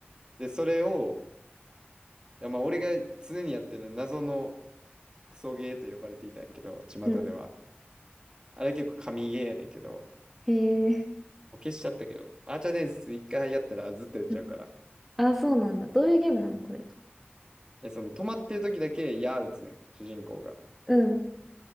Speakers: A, on the right (about 20°); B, in the centre.
A: で、それを、いやまあ、俺が常にやってる謎のクソゲーと呼ばれていたんやけど、巷では。
B: うん。
A: あれ結構神ゲーやねんけど、
B: へえ。
A: 消しちゃったけど、アーチャー伝説一回やったらずっとやっちゃうから。
B: うんあ、そうなんだ。どういうゲームなのこれ。
A: え、その止まってる時だけ矢打つねん、主人公が。
B: うん。